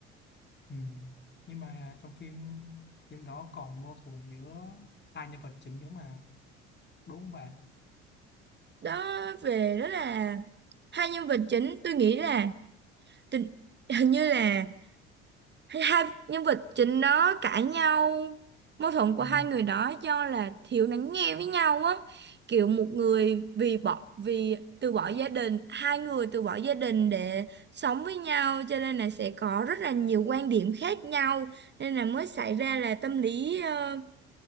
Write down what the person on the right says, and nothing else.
Đó về đó là hai nhân vật chính, tôi nghĩ là tình hình như là hay hai nhân vật chính đó cãi nhau mâu thuẫn của
hai người đó do là thiếu lắng nghe với nhau á kiểu một người vì bỏ vì từ bỏ gia đình hai người từ bỏ gia đình để sống với nhau cho nên là sẽ có rất là nhiều quan điểm khác nhau nên là mới xảy ra là tâm lý ờ,